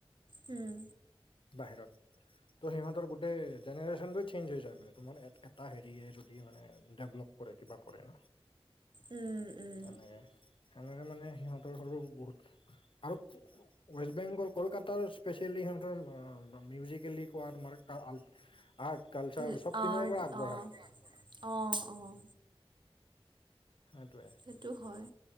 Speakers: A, on the right; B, on the left.
A: উম।
B: বাহিৰত ত' সিহঁতৰ গোটেই জেনেৰেশ্যনটোৱে চেঞ্জ হৈ যায়, মানে তোমাৰ এটা হেৰিয়ে যদি মানে ডেভলপ কৰে, কিবা কৰে।
A: উম উম।
B: তেনেকে, সেনেকে মানে সিহঁতৰ সৰু বহুত আৰু ৱেষ্ট বেংগল কলকাতাৰ স্পেচেলি মিউজিকেলি কোৱা তোমাৰ আৰ্ট কালচাৰ
A: অঁ
B: চব পিনৰ পৰা আগবঢ়া।
A: অঁ অঁ।
B: সেইটোৱে
A: সেইটো হয়,